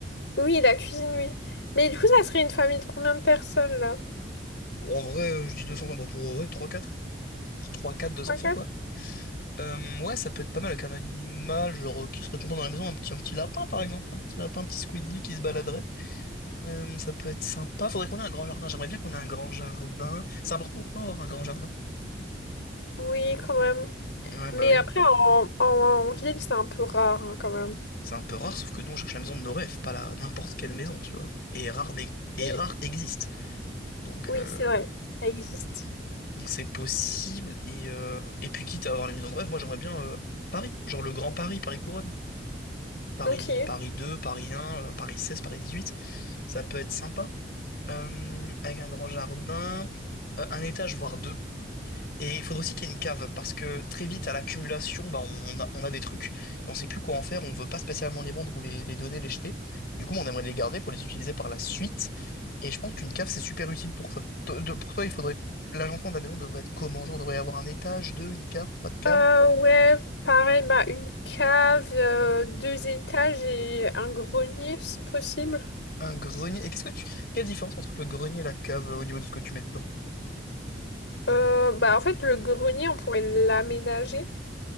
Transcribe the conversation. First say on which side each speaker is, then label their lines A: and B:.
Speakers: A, on the left; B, on the left.
A: Oui, la cuisine, oui. Mais du coup, ça serait une famille de combien de personnes là?
B: En vrai, euh, je dis deux enfants bon, pour ouais, 3-4. 3-4, deux
A: trois
B: enfants, quoi. Euh, ouais, ça peut être pas mal avec un animal, genre, euh, qui serait content dans la maison, un petit, un petit lapin, par exemple. Un petit lapin, un petit squidly qui se baladerait. Euh, ça peut être sympa. Faudrait qu'on ait un grand jardin. J'aimerais bien qu'on ait un grand jardin. C'est important pour toi d'avoir un grand jardin.
A: Oui, quand même.
B: Ouais,
A: Mais
B: bah oui.
A: après, en, en- en ville, c'est un peu rare, hein, quand même.
B: C'est un peu rare, sauf que nous, on cherche la maison de nos rêves, pas la n'importe quelle maison, tu vois. Et rare, n'est- et
A: Oui,
B: rare existe. Donc,
A: oui,
B: euh,
A: c'est vrai. Ça existe.
B: donc c'est possible. Et, euh, et puis, quitte à avoir les maisons de rêve, moi, j'aimerais bien euh, Paris. Genre le Grand Paris, Paris Couronne. Paris,
A: Ok.
B: Paris 2 Paris un euh, Paris 16 Paris dix-huit Ça peut être sympa. Euh, avec un grand jardin, euh, un étage, voire deux. Et il faudrait aussi qu'il y ait une cave, parce que très vite, à l'accumulation, bah, on a, on a des trucs, et on sait plus quoi en faire, on veut pas spécialement les vendre ou les, les donner, les jeter. Du coup, on aimerait les garder pour les utiliser par la suite, et je pense qu'une cave, c'est super utile pour ça. To- de- pour toi, il faudrait... L'agencement de la maison devrait être comment? Genre, devrait y avoir un étage, deux, une cave, pas de cave,
A: Euh, ouais, pareil, bah, une cave, euh, deux étages et un grenier, si possible.
B: un grenier. Et qu'est-ce que tu... Quelle différence entre le grenier et la cave euh, au niveau de ce que tu mets dedans?
A: Euh, bah, en fait, le grenier, on pourrait l'aménager.